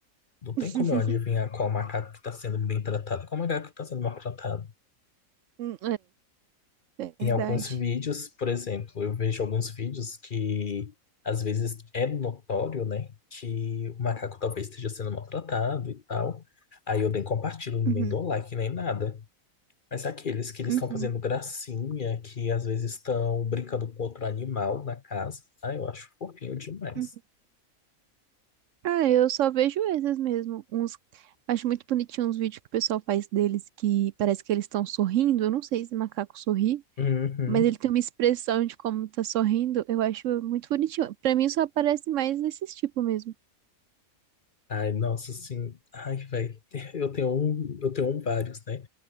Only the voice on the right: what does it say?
<laughs>
Hum, É, verdade.
Uhum.
Uhum.
Uhum. Ah, eu só vejo esses mesmo. Uns... Acho muito bonitinho uns vídeos que o pessoal faz deles que parece que eles estão sorrindo. Eu não sei se macaco sorri,
mas ele tem uma expressão de como tá sorrindo. Eu acho muito bonitinho. Pra mim só aparece mais desses tipos mesmo.